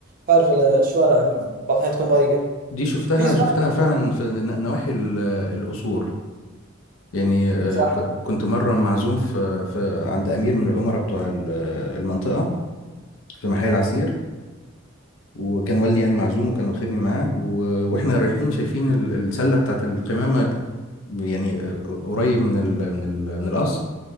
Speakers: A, on the right; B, on the left.
A: تعرف ال- الشوارع بعض الاحيان تكون ضيقه
B: دي شفتها
A: في سؤال
B: شفتها فعلا في ن- نواحي ال- القصور يعني آه،
A: صح
B: ك- كنت مرة معزوم في, في عند أمير من الأمراء بتوع ال- آه، المنطقة في محل العسير وكان والدي يعني معزوم وكان واخدني معاه و- واحنا رايحين شايفين ال- السلة بتاعت القمامة يعني آه، قريب من ال من ال من القصر